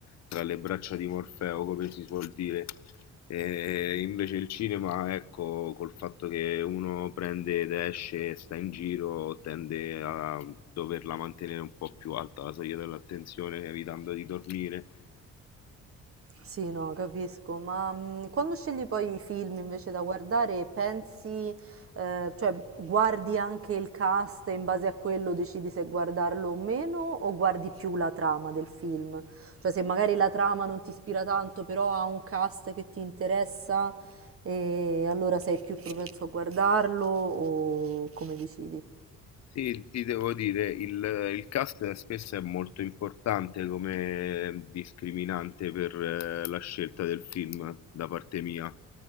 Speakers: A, on the left; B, on the right.
A: tra le braccia di Morfeo, come si suol dire. E invece il cinema, ecco, col fatto che uno prende ed esce e sta in giro, tende a doverla mantenere un po' più alta la soglia dell'attenzione, evitando di dormire.
B: Sì, no, capisco, ma mh, quando scegli poi i film invece da guardare, pensi, eh, cioè guardi anche il cast e in base a quello decidi se guardarlo o meno, o guardi più la trama del film? Cioè se magari la trama non ti ispira tanto, però ha un cast che ti interessa, e allora sei più propenso a guardarlo o come decidi?
A: Sì, ti devo dire, il, il cast spesso è molto importante come discriminante per eh, la scelta del film da parte mia,